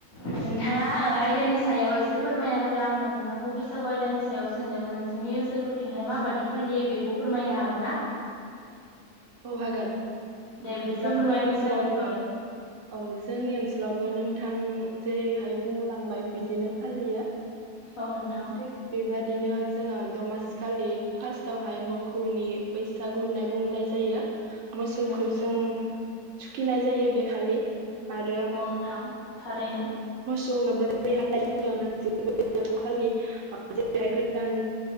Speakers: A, on the left; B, on the right.
A: नोंथाङा ओ आयदानि सायाव एसे फोरमायना होदों आं नोंथांखौ बैसागु आयदानि सायाव सोंदोंमोन नोंसोरनि ओनसोलफोरथिंहाय माबायि फालियो बेखौ फोरमायनो हागोन ना?
B: औ हागोन
A: दे बिदिब्ला
B: जोंनि
A: फोरमाय
B: <unintelligible> ओनसोलावबो
A: बैसागोनि बागै
B: औ जोंनि ओनसोलावबो नोंथां जेरैहाय बुंलांबाय बिदिनो फालियो
A: औ नोंथां
B: थिग बेबादि बिदिनो जोङो दमासिखालि फार्स्टावहाय मोखौनि बैसागु होननाय बुंनाय जायो मोसौखौ
A: नंगौ
B: जों थुखिनाय जायो बेखालि आरो
A: औ नोंथां थारै बेनो
B: मोसौनोबो जेरैहाय जोङो मानसि बैसागुखालि जेरैहाय गोदान